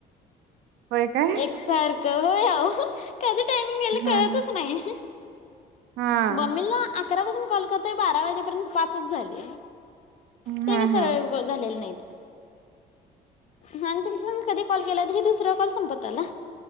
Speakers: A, on the right; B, on the left.
A: होय काय
B: एक सार का व्हय आओ कधी टायमिंग यायला
A: हा
B: कळतच
A: हा
B: नाही.
A: हा
B: बमिला अकरा पासून कॉल करताय बारा वाजेपर्यंत पाच झाली ते
A: हा
B: वि सरा
A: हा
B: झालेले नाहीत ह तुमचा कधी कॉल केला तर हे दुसर काल संपतला